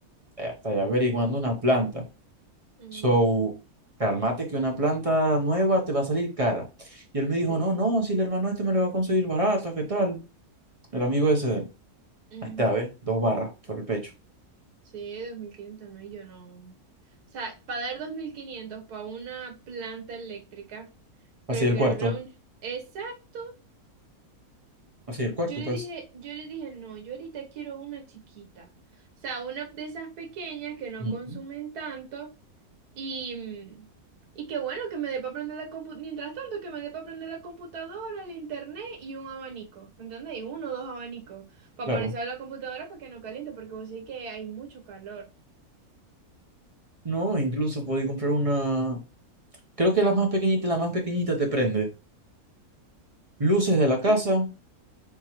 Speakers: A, on the right; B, on the right.
A: eh, Está averiguando una planta.
B: Ujú.
A: So, cálmate que una planta nueva te va a salir cara. Y él me dijo,
B: Sí.
A: no, no, si el hermano este me lo va a conseguir barata, ¿qué tal? El amigo ese, de él.
B: Ujú.
A: ahí está, ¿ves? Dos barras por el pecho.
B: Sí, 2.500 no, y yo no. O sea, para dar 2.500 para una planta eléctrica,
A: Así
B: prefiero
A: el cuarto,
B: reunir. Exacto.
A: así el cuarto,
B: Yo le
A: pues.
B: dije, yo le dije, no, yo ahorita quiero una chiquita. O sea, una de esas pequeñas que no
A: Ujú,
B: consumen tanto Y, mm, y qué bueno que me dé para aprender la computadora. Mientras tanto, que me dé para aprender la computadora, el internet y un abanico. ¿Me entendéis? Uno o dos abanicos. Para
A: Claro.
B: ponerse a la computadora para que no caliente, porque vos sabés que hay mucho calor.
A: No, incluso podí comprar una, creo que la más pequeñita, la más pequeñita te prende. Luces de la casa,
B: ¿Mm?